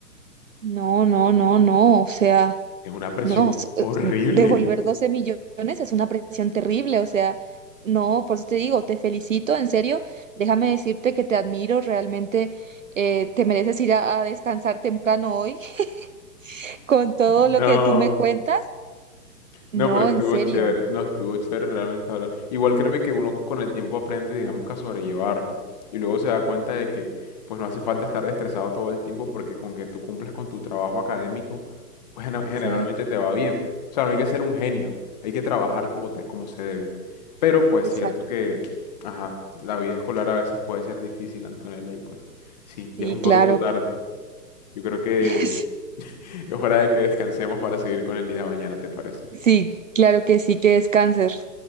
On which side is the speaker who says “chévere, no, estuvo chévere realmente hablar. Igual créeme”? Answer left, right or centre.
Left